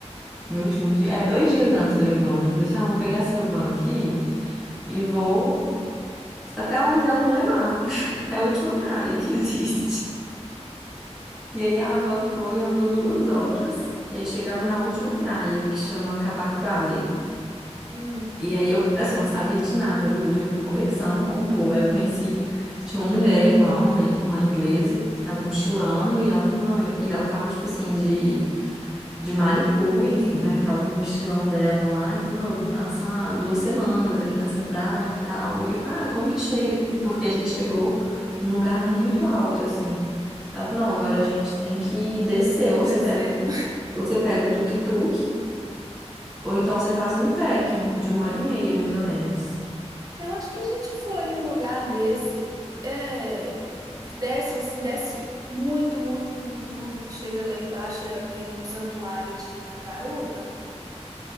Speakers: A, in the centre; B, on the right.
A: meu último dia, é, dois dias antes de eu ir embora, eu falei assim: ah, vou pegar essa van aqui e vou até onde ela me levar, <laughs> até a última praia que existe. E aí a van foi, andou duas horas, e aí chegava na última praia, que chama Cabac Valley.
B: hum.
A: E aí eu, assim, eu não sabia de nada, Lude. Eu fui conversando com o povo. Aí eu conheci, tinha uma mulher lá, uma, amer- uma inglesa, que tava mochilando, e ela falou, não, eu- e ela tava, tipo assim, de, de Malicu, enfim, né? Tava com o mochilão dela lá, e falou, não, eu vim passar duas semanas aqui nessa praia e tal. E eu falei, ah, como que chega? Porque a gente chegou num lugar muito alto, assim. Ela falou,
B: Ah,
A: não, agora a gente tem que descer, ou
B: descer.
A: você pega o tuk, ou você pega o tuk-tuk, ou então você faz um trekking de uma hora e meia, mais ou menos.
B: Eu acho que a gente foi num lugar desse. É, que desce assim, desce muito, muito, muito, muito. Chega lá embaixo, é, tem um santuário de tartaruga,